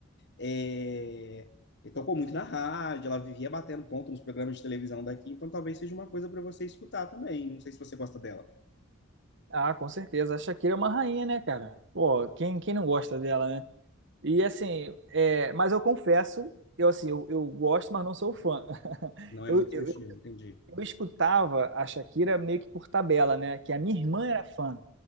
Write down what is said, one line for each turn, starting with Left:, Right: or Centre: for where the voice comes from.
Left: É, ele tocou muito na rádio, ela vivia batendo ponto nos programas de televisão daqui, então talvez seja uma coisa para você escutar também. Não sei se você gosta dela.
Right: Ah, com certeza. A Shakira é uma rainha, né, cara? Pô, quem, quem não gosta dela, né? E assim, é, mas eu confesso, eu assim, eu, eu gosto, mas não sou fã. <laughs>
Left: Não é
Right: Eu,
Left: muito
Right: eu,
Left: seu estilo, entendi.
Right: eu escutava a Shakira meio que por tabela, né? Que a minha irmã era fã.